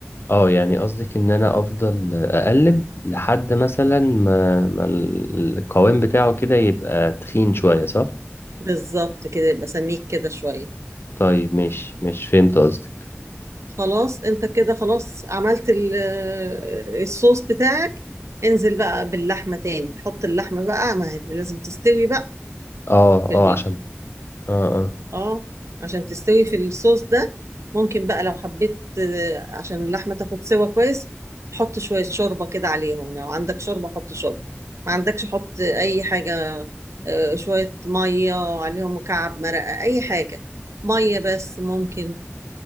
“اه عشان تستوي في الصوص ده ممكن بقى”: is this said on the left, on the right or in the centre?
Right